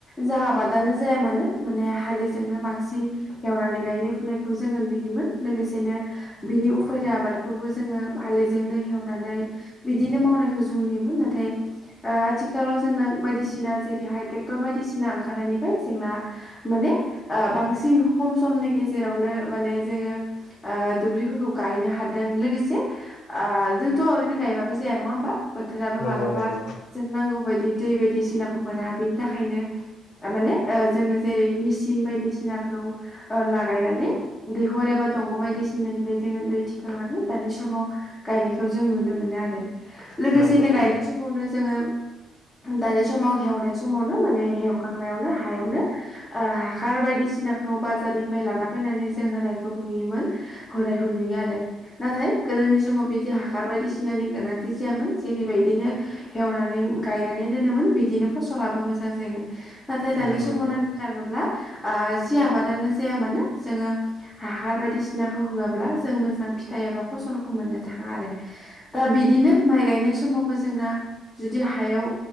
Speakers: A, on the left; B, on the left.
A: जा आबादानो जाया मानो माने हालिजोंनो बांसिन एवनानै गायनाय फुनायखौ जोङो नुयोमोन लोगोसेनो बिनि उफेरा आबादखौबो जोङो हालैजोंनो हेवनानै बिदिनो मावनायखौ जों नुयोमोन नाथाय आथिखालाव जोंना बायदिसिना जेरैहाय ट्रेक्टर बायदि बायदिसिना ओंखारनायनिफ्राय जोंना माने बांसिन खम समनि गेजेरावनो माने जोंङो ओ दुब्लिफोरखौ गायनो हादों लोगोंसे ओ जोंथ ' ओरैनो गायबाबो ज नङा हबा बोथोराबो
B: नंगौ
A: मालाबा
B: नंगौ
A: जों नांगौ बायदि बि दै बायदिसिनाखौ मोना बिनि थाखायनो माने जोङो जेरै मेसिन बायदिसिनाखौ लागायनानै दैखर एबा दंग' बायदिसिनानिफ्राय जोङो दै थिखांनानै दानि समाव गायनायखौ जों नुनो मोनो आरो लोगोसेनो
B: नंगौ नंगौ
A: गायनाय समावनो जोङो दानि समाव हेवनाय समावनो माने हेवखांनायावनो हायावनो हासार बायदिसिना नाखौ बाजारनिफ्राय लाना फैनानै जों होनायखौ नुयोमोन हुनायखौ नुयो आरो नाथाय गोदोनि समाव बिदि हासार बायदिसिनानि गोनां बिदि जायामोन जेरैबायदिनो एवनानै गायनानै दोनोमोन बिदिनो फसलाबो मोजां जायोमोन। नाथाय दानि
B: नंगौ
A: समाव
B: नंगौ
A: नायनो थाङोब्ला ओ जि आबादानो जाया मानो जोङो हा हासार बायदिसिनाखौ होआब्ला जों मोजां फिथाइ एबा फसलखौ मोननो थाङा आरो दा बिदिनो। माइ गायनाय समावबो जोंना जुदि हायाव